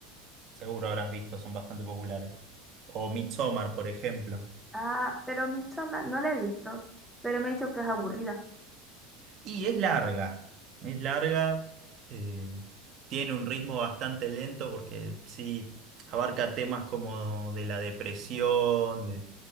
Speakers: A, on the right (about 40°); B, in the centre.
A: seguro habrás visto, son bastante populares. O Midsommar, por ejemplo.
B: Ah, pero Midsommar no la he visto, pero me ha dicho que es aburrida.
A: Y es larga, es larga, eh, tiene un ritmo bastante lento porque sí abarca temas como de la depresión, de,